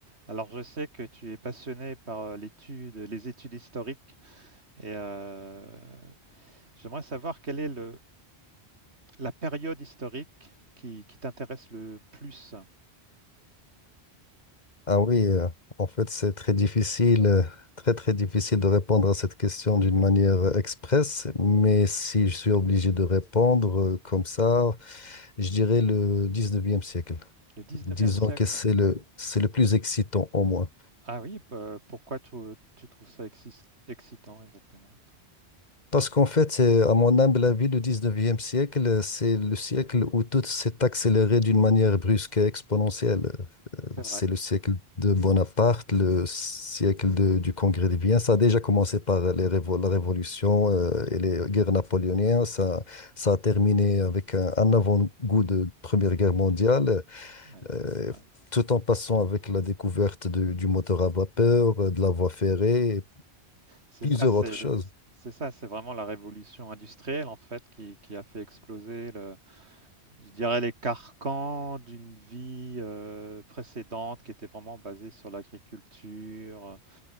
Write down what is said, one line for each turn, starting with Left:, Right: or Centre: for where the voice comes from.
Right: Alors, je sais que tu es passionné par euh, l'étude, les études historiques et euh, j'aimerais savoir quelle est le, la période historique qui, qui t'intéresse le plus,
Left: Ah oui, euh, en fait, c'est très difficile, euh, très très difficile de répondre à cette question d'une manière euh, express, mais si je suis obligé de répondre euh, comme ça, je dirais le 19e siècle.
Right: le 19e
Left: Disons
Right: siècle.
Left: que c'est le, c'est le plus excitant au moins.
Right: Ah oui, p- euh, pourquoi tu, tu trouves ça exis- excitant exactement?
Left: Parce qu'en fait, c'est, à mon humble avis, le 19e siècle, euh, c'est le siècle où tout s'est accéléré d'une manière brusque et exponentielle.
Right: C'est vrai.
Left: C'est le siècle de Bonaparte, le siècle de- du Congrès des biens. Ça a déjà commencé par les révo- la Révolution euh, et les guerres napoléoniennes. Ça, ça a terminé avec un, un avant-goût de Première Guerre mondiale,
Right: oui,
Left: euh,
Right: ouais.
Left: tout en passant avec la découverte du du moteur à vapeur, euh, de la voie ferrée et
Right: C'est
Left: plusieurs
Right: ça, c'est
Left: autres choses.
Right: c'est ça, c'est vraiment la révolution industrielle en fait qui, qui a fait exploser le, Je dirais les carcans d'une vie euh, précédente qui était vraiment basée sur l'agriculture,